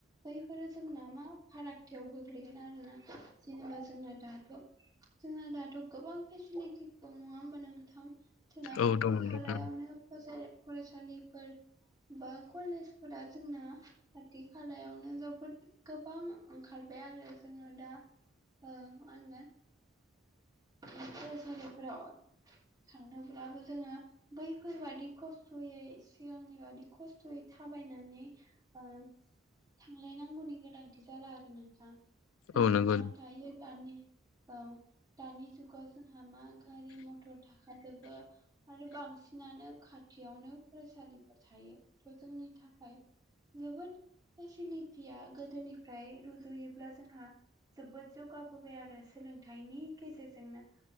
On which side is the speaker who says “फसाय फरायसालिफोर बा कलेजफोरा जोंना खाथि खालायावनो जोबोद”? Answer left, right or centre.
Right